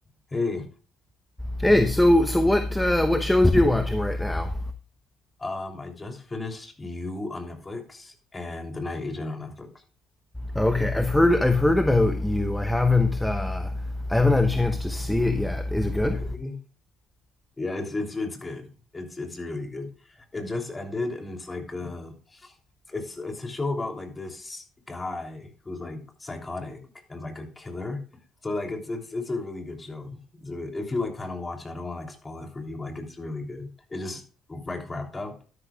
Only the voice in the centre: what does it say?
Hey, so so what uh, what shows are you watching right now?
Okay, I've heard I've heard about you. I haven't uh, I haven't had a chance to see it yet. Is it good?